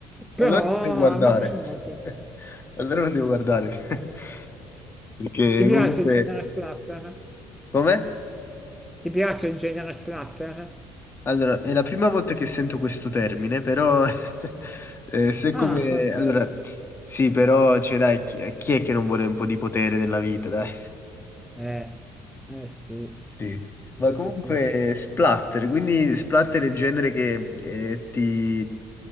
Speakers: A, in the centre; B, on the left (about 30°).
A: però
B: Allora lo devo guardare.
A: a me piace molto.
B: <laughs> Allora lo devo guardare. <laughs> Perché
A: Ti piace
B: comunque...
A: il genere splatter?
B: Come?
A: Ti piace il genere splatter?
B: Allora, è la prima volta che sento questo termine, però... <laughs> eh, se come...
A: Ah, ok.
B: Allora, sì, però, cioè, dai, chi, chi è che non vuole un po' di potere nella vita, dai?
A: Eh, eh sì.
B: Sì,
A: Sì,
B: ma comunque
A: sì, sì.
B: splatter, quindi splatter è il genere che eh, ti